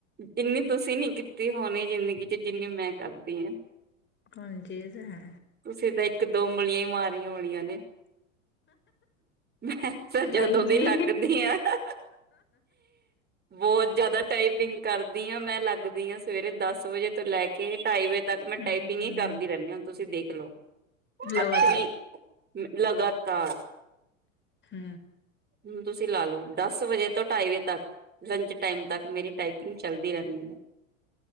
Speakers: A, on the right; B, on the left.
A: ਇੰਨੀ ਤੁਸੀ ਨੀ ਕੀਤੀ ਹੋਣੀ ਜ਼ਿੰਦਗੀ 'ਚ ਜਿੰਨੀ ਮੈ ਕਰਦੀ ਆਂ।
B: ਹਾਂਜੀ ਏ ਤਾ ਹੈ।
A: ਤੁਸੀ ਤਾ ਇਕ ਦੋ ਉਗਲੀਆਂ ਈ ਮਾਰੀਆਂ ਹੋਣੀਆਂ ਨੇ। ਮੈਂ ਤਾ ਜਦੋਂ
B: ਨਹੀਂ ਜੀ
A: ਦੀ ਲੱਗਦੀ ਆਂ ਹ ਬੌਤ ਜਿਆਦਾ ਟਾਈਪਿੰਗ ਕਰਦੀ ਆਂ ਮੈ ਲਗਦੀ ਆਂ ਸਵੇਰੇ ਦਸ ਵਜੇ ਤੋਂ ਲੈ ਕੇ ਢਾਈ ਵਜੇ ਤੱਕ ਮੈ
B: ਹਮ
A: ਟਾਈਪਿੰਗ ਈ ਕਰਦੀ ਰੈਨੀ ਆਂ ਹੁਣ ਤੁਸੀ ਦੇਖ ਲੋ
B: ਲਗਾਤਾਰ
A: ਹੱਥ ਨਹੀ ਲਗਾਤਾਰ।
B: ਹੂੰ
A: ਹੁਨ ਤੁਸੀ ਲਾ ਲੋੋ ਦਸ ਵਜੇ ਤੋ ਢਾਈ ਵਜੇ ਤੱਕ ਲੰਚ ਟਾਈਮ ਤੱਕ ਮੇਰੀ ਟਾਈਪਿੰਗ ਚਲਦੀ ਰਹਿੰਦੀ ਆ